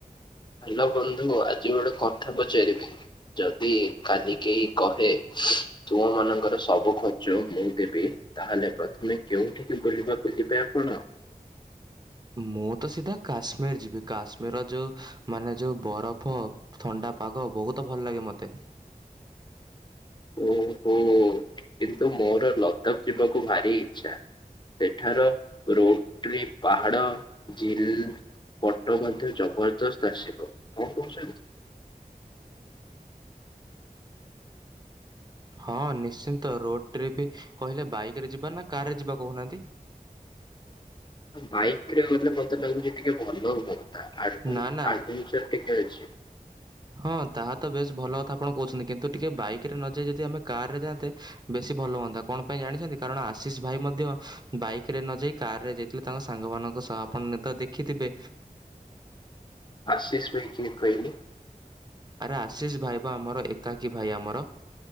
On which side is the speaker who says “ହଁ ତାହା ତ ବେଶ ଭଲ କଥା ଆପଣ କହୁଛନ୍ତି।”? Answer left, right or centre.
Right